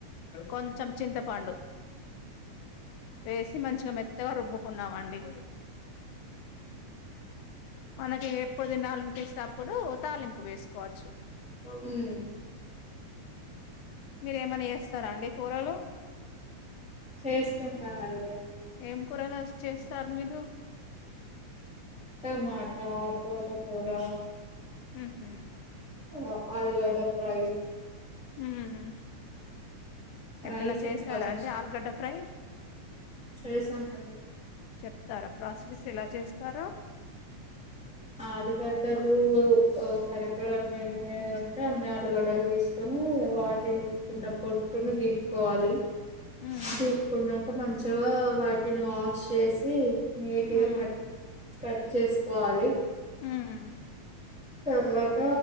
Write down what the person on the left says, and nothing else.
కొంచెం చింతపండు. వేసి మంచిగా మెత్తగా రుబ్బుకున్నామండి. మనకి ఎప్పుడు తినాలియనిపిస్తే అప్పుడు తాలింపు వేసుకోవచ్చు.
మీరు ఏమైనా చేస్తారా అండి కూరలు.
ఏం కూరలు <unintelligible> చేస్తారు మీరు.
ఉహు
ఉమ్ ఎపుడైనా
చేశారా
అండి ఆలాగడ్డ ఫ్రై.
చెప్తారా ప్రాసెస్ ఎలా చేస్తారో.
ఉమ్
ఉమ్
ఉమ్.